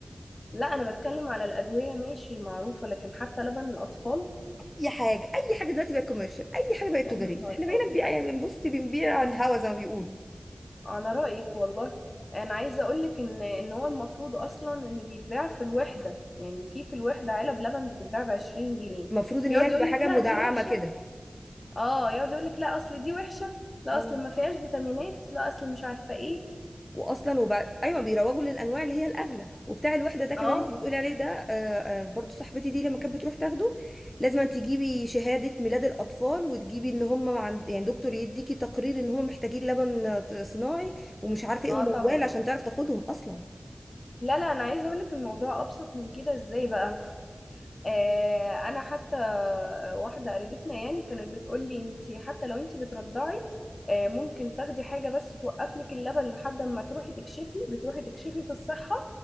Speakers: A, on the left (about 55°); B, on the left (about 20°).
A: لا انا بتكلم على الادويه ماشي معروفه لكن حتى لبن الاطفال
B: اي حاجه اي حاجه دلوقتي بقت كوميرشال اي حاجه بقت
A: يا
B: تجاريه
A: نهار
B: احنا بقينا
A: ابيض
B: بنبيع بنبص بنبيع على الهوا زي ما بيقولوا
A: على رأيك والله انا عايزه اقولك ان ان هو المفروض اصلا ان بيتباع في الوحده يعني في في الوحده علب لبن بتتباع ب 20 جنيه
B: المفروض ان
A: يقعد
B: هي تبقى
A: يقولك
B: حاجه
A: لا
B: مدعمه
A: دي وحشه
B: كده
A: اه يقعد يقولك لا اصل دي وحشه لا
B: اه
A: اصل ما فيهاش فيتامينات لا اصل مش عارفه ايه
B: واصلا وبعد ايوه بيروجوا للانواع اللي هي الاغلى وبتاع الوحده ده كمان
A: اه
B: انت بتقولي عليه ده آه، آه، برضو صاحبتي دي لما كانت بتروح تاخده لازم أن تجيبي شهاده ميلاد الاطفال وتجيبي ان هم عند يعني دكتور يديكي تقرير ان هم محتاجين لبن آه، صناعي ومش عارفه ايه
A: اه
B: وموال
A: طبعا
B: عشان تعرف تاخدهم اصلا
A: لا لا انا عايزه اقولك الموضوع ابسط من كده ازاي بقى آه، انا حتى آه، واحده قريبتنا يعني كانت بتقول لي انت حتى لو انت بترضعي آه، ممكن تاخدي حاجه بس توقف لك اللبن لحد ما تروحي تكشفي بتروحي تكشفي في الصحه